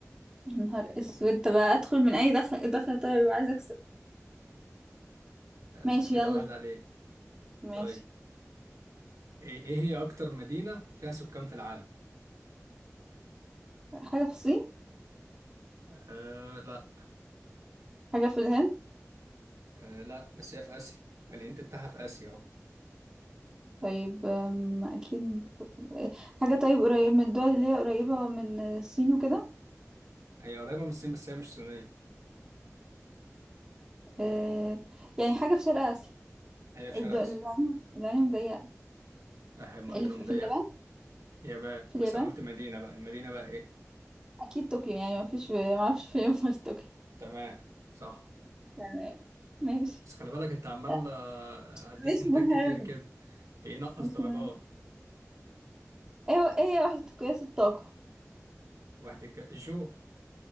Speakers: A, on the right; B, on the right.
A: يا نهار اسود طب ادخل من اي دخل دخل طيب يبقى عايز اكسب
B: آه،
A: ماشي
B: كده
A: يلا
B: واحد عليك
A: ماشي
B: طيب إيه إيه هي أكتر مدينة فيها سكان في العالم؟
A: حاجة في الصين
B: أه لا
A: حاجة في الهند
B: أه لا بس هي في آسيا والهنت بتاعها في آسيا أهو
A: طيب آم، اكيد حاجة طيب قريب من الدول اللي هي قريبة من الصين وكده
B: هي قريبة من الصين بس هي مش صينية
A: آه، يعني حاجة في شرق آسيا
B: هي في
A: الد-
B: شرق
A: اللي
B: آسيا
A: عليهم اللي عليهم ضيقة
B: أحب يعني
A: اللي في
B: مضيقة
A: في اليابان
B: هي بقى
A: في
B: بس
A: اليابان
B: أنا قلت مدينة بقى المدينة بقى إيه؟
A: اكيد طوكيو يعني ما فيش ما اعرفش فين غير طوكيو
B: تمام صح
A: تمام ماشي
B: بس خلي بالك أنت عمال
A: آه،
B: آه، أديك
A: مش
B: هنتات
A: مهم
B: كتير كده بينقص
A: مش
B: درجات
A: مهم ايه هو- ايه هي وحدة قياس الطاقة
B: واحد الك- الجول